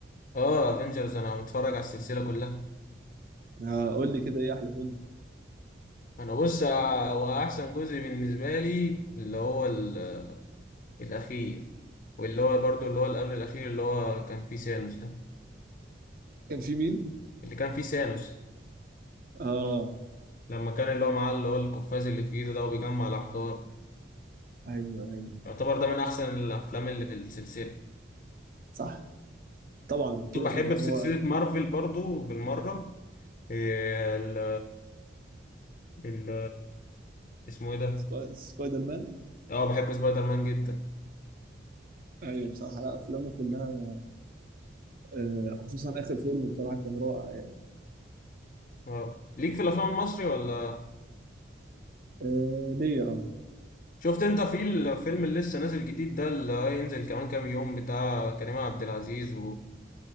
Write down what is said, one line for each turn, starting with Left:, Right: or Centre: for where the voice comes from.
Left: اه افنجرز انا متفرج على السلسله كلها
Right: آه قول لي كده ايه احلى فيلم
Left: انا بص آه، هو احسن جزء بالنسبه لي اللي هو ال- الاخير واللي هو برضو اللي هو اللي قبل الاخير اللي هو كان فيه سانوس ده
Right: كان في مين؟
Left: اللي كان فيه سانوس
Right: اه
Left: لما كان اللي هو معاه اللي هو القفاز اللي في ايده ده وبيجمع الاحجار
Right: ايوه ايوه
Left: يعتبر ده من احسن الافلام اللي في السلسله
Right: صح طبعا كده
Left: كنت بحب
Right: كده هو
Left: في سلسله مارفل برضو بالمره إيه ال ال اسمه ايه ده
Right: سبا- سبايدر مان
Left: اه بحب سبايدر مان جدا
Right: ايوه بصراحة لا افلامه كلها آه خصوصا اخر فيلم بصراحه كان رائع يعني
Left: اه ليك في الافلام المصري ولا
Right: آه ليا اه
Left: شفت انت في الفيلم اللي لسه نازل جديد ده اللي هينزل كمان كام يوم بتاع كريم عبد العزيز